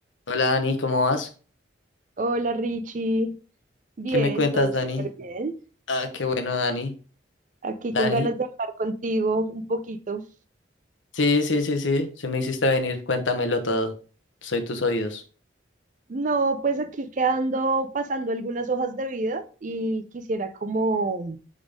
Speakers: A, on the left; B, on the right.
A: Hola Dani, ¿cómo vas?
B: Hola Richie, bien,
A: ¿Qué me cuentas,
B: todo
A: Dani?
B: súper bien.
A: Ah, qué bueno, Dani.
B: Aquí
A: Dani.
B: con ganas de hablar contigo un poquito.
A: Sí, sí, sí, sí. Sí me hiciste venir, cuéntamelo todo. Soy tus oídos.
B: No, pues aquí quedando pasando algunas hojas de vida y quisiera como